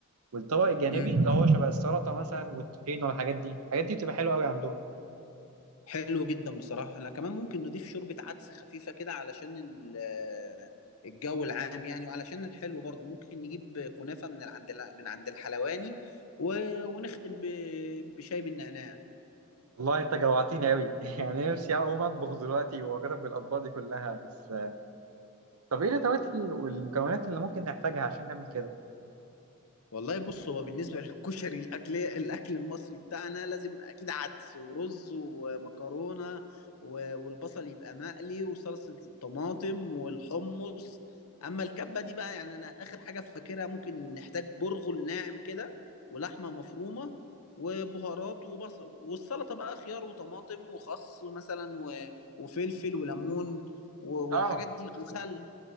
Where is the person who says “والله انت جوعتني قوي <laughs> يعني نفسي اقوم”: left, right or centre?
Right